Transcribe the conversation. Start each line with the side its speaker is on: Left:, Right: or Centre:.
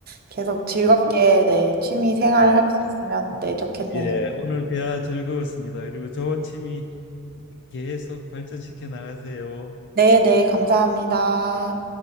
Right: 계속 즐겁게
Left: 예,
Right: 네, 취미 생활
Left: 예,
Right: 할 수 있으면 네, 좋겠네요.
Left: 예. 오늘 대화 즐거웠습니다. 그리고 좋은 취미 계속 발전시켜 나가세요.
Right: 네, 네, 감사합니다.